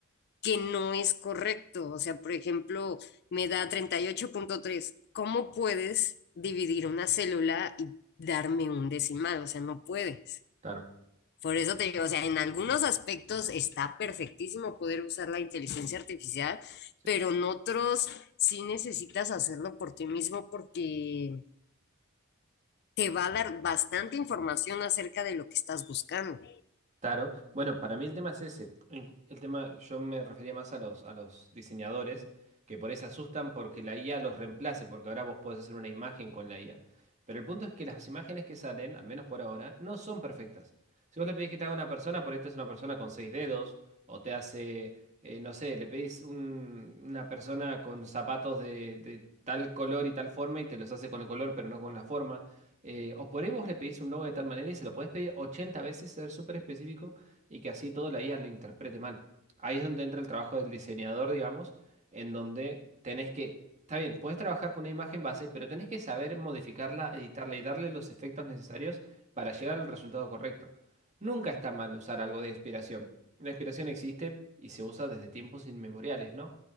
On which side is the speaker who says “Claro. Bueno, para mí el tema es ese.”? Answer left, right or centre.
Right